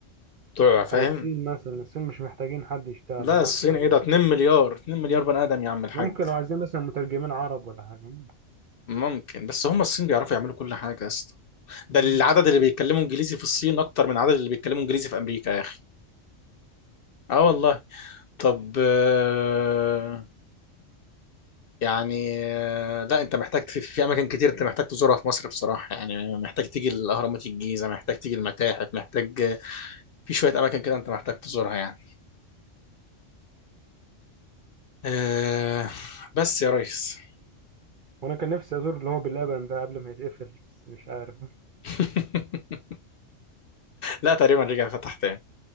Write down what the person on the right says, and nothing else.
او
الصين مثلا الصين مش محتاجين حد يشتغل
هم
اصلا
ممكن لو عايزين مثلا مترجمين عرب ولا حاجه
مم.
وانا كان نفسي ازور اللي هو باللبن ده قبل ما يتقفل بس مش عارف